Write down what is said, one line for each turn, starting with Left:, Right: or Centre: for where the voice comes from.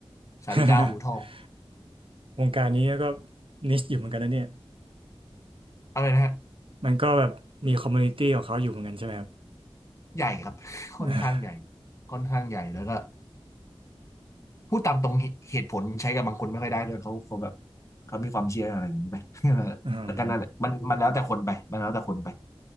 Left: สาริกาหูทอง
Right: <laughs> วงการนี้ก็นิชอยู่เหมือนกันนะเนี่ย
Left: อะไรนะฮะ
Right: มันก็แบบมีคอมมูนิตี้ของเขาอยู่เหมือนกันใช่ไหมครับ
Left: ใหญ่ครับ <laughs> ค่อนข้างใหญ่
Right: <laughs>
Left: ค่อนข้างใหญ่แล้วก็พูดตามตรงเหเหตุผลใช้กับบางคนไม่ค่อยได้ด้วยเขาเขาแบบเขามีความเชื่ออะไรอย่างนี้ไป <laughs>
Right: อืม
Left: แล้วก็นั่นแหละมันมันแล้วแต่คนไปมันแล้วแต่คนไป